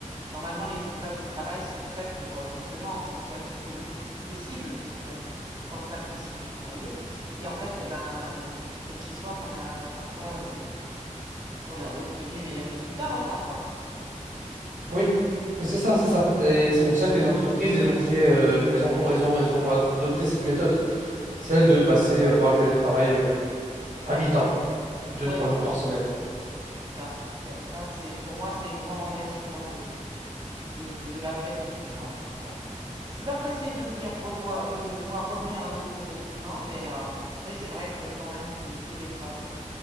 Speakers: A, on the right (about 35°); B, on the right (about 85°).
A: normalement, les espaces de travail sont faits pour euh, justement qu'on soit le plus productif possible, que ce soit le plus confortable possible pour travailler. Et en fait, eh ben, euh, c'est de chez soi qu'on a parfois euh, qu'on a obtenu les meilleurs résultats, hein, parfois.
B: Oui, Et c'est
A: Mm.
B: ça, c'est ça. Et c'est pour ça que les entreprises, elles ont fait, euh, elles ont, elles ont, elles ont adopté cette méthode. Celle de passer euh, par le télétravail euh, à mi-temps, deux,
A: Ouais,
B: trois jours par semaine.
A: C'est ça, c'est ça. Ça, c'est pour moi, c'est le grand renversement de, de, de l'après-confinement, quoi. Bon, je suis pas pressée de venir revoir, de voir revenir un autre confinement, mais, euh, mais c'est vrai que quand même, ces, ces épreuves,